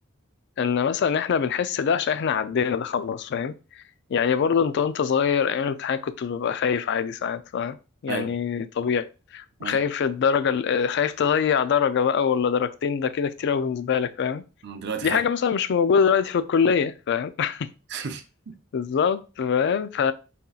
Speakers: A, on the left; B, on the right.
A: إن مثلا إحنا بنحس ده عشان إحنا عدينا ده خلاص فاهم؟ يعني برضه أنت وأنت صغير أيام الامتحان كنت ببقى خايف عادي ساعات فاهم؟ يعني
B: أيوه
A: طبيعي خايف
B: أيوه
A: الدرجة ال- آه، خايف تضيع درجة بقى ولا درجتين ده كده كتير أوي بالنسبة لك فاهم
B: أنا دلوقتي
A: دي
B: خايف
A: حاجة مثلا مش موجودة دلوقتي في الكلية فاهم <laughs>
B: <laughs>
A: بالظبط فاهم ف...